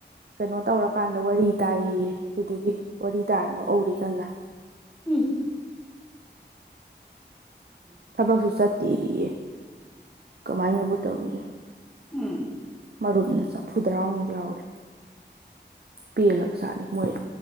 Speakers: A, on the right; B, in the centre.
A: ꯀꯩꯅꯣ ꯇꯧꯔꯀꯥꯟꯗ ꯋꯥꯔꯤ ꯇꯥꯏꯌꯦ ꯌꯦ ꯑꯗꯨꯗꯨꯒꯤ ꯋꯥꯔꯤ ꯇꯥꯔ ꯅꯣꯛꯎꯔꯤ ꯀꯟꯅ
B: ꯎꯝ <unintelligible>
A: ꯊꯕꯛꯁꯨ ꯆꯠꯇꯦꯌꯦ ꯀꯃꯥꯏꯅꯕꯨ ꯇꯧꯔꯤꯅꯣ
B: ꯎꯝ
A: ꯃꯔꯨꯨꯞꯅ ꯆꯐꯨꯗ꯭ꯔꯥꯃꯨꯛ ꯌꯥꯎꯔꯦ ꯄꯦꯜꯂꯕ ꯖꯥꯅꯤ ꯃꯣꯏ